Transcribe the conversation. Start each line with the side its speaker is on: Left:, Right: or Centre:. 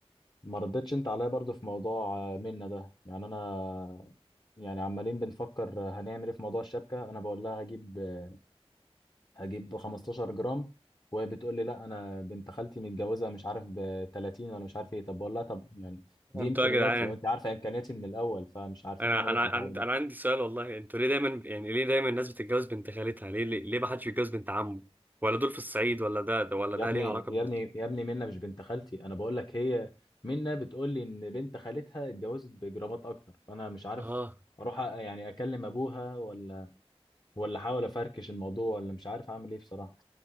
Left: ما ردتش انت عليا برضو في موضوع آه، منة ده يعني انا يعني عمالين بنفكر آه، هنعمل ايه في موضوع الشبكه انا بقول لها هجيب آه، هجيب 15 جرام وهي بتقول لي لا انا بنت خالتي متجوزه مش عارف ب 30 ولا مش عارف ايه طب بقول لها طب يعني دي
Right: انتوا
Left: امكانياتي
Right: يا جدعان
Left: وانت عارفه امكانياتي من الاول فمش عارفين
Right: انا
Left: نعمل
Right: انا
Left: ايه في الحوار
Right: عندي
Left: ده
Right: انا عندي سؤال والله انتوا ليه دايما يعني ليه دايما الناس بتتجوز بنت خالتها ليه ليه, ليه ما حدش بيتجوز بنت عمه ولا دول في الصعيد ولا ده, ده ولا
Left: يا
Right: ده
Left: ابني
Right: ليه علاقة
Left: يا
Right: ب...
Left: ابني يا ابني منة مش بنت خالتي انا بقول لك هي منة بتقول لي ان بنت خالتها اتجوزت بجرامات اكتر فانا مش عارف
Right: اه
Left: اروح أ- يعني اكلم ابوها ولا ولا احاول افركش الموضوع ولا مش عارف اعمل ايه بصراحة